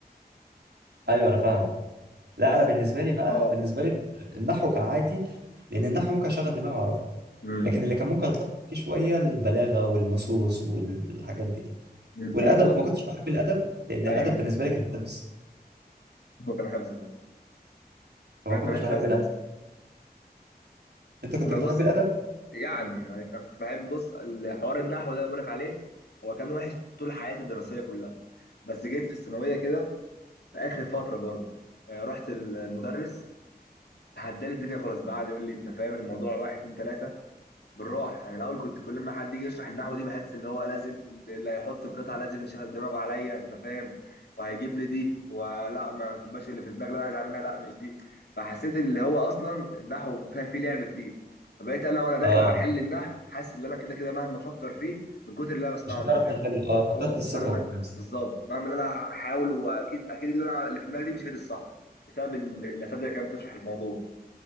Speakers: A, on the right; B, on the left.
A: ايوه انا فاهمك لا
B: بس
A: انا بالنسبه لي بقى
B: اه
A: بالنسبه لي النحو كان عادي لان النحو ممكن اشغل دماغي واعرفه
B: امم
A: لكن اللي كان ممكن اتلخبط فيه شويه البلاغه والنصوص والحاجات دي
B: أمم.
A: والادب
B: انا بص
A: ما كنتش بحب الادب لان
B: ايوه
A: الادب بالنسبه لي كان حفظ
B: هو كان حفظ بقى
A: فما
B: حاجات
A: كنتش
B: مالهاش
A: بحب
B: لازمه
A: الادب
B: اصلا
A: انت كنت
B: انا
A: بتحب
B: بص
A: الادب
B: يعني يعني انا كنت بحب بص الحوار النحو ده اللي بقولك عليه هو كان وحش طول حياتي الدراسيه كلها بس جيت في الثانويه كده في اخر فتره برضه آه، رحت المدرس هدالي الدنيا خلاص بقى قعد يقول لي انت فاهم الموضوع واحد اتنين تلاته بالراحه يعني الاول كنت كل ما حد يجي يشرح النحو دي بحس اللي هو لازم اللي هيحط القطعه لازم يشغل دماغه عليا انت فاهم وهيجيب لي دي ولا ما تبقاش اللي في دماغي اللي انا عايز اعملها لا مش دي فحسيت اللي هو اصلا النحو فيه فيه لعب كتير فبقيت انا وانا داخل
A: اه
B: على حل النحو حاسس ان انا كده كده مهما افكر فيه من كتر اللي انا بسمعه
A: مش هتعرف
B: انت فاهم
A: تحل اه فقدت
B: اه
A: الثقه
B: مهما
A: في نفسك
B: بالظبط مهما اللي انا هحاول واكيد اكيد اللي انا اللي في دماغي دي مش هي دي الصح بسبب ال- الاساتذه اللي كانت بتشرح الموضوع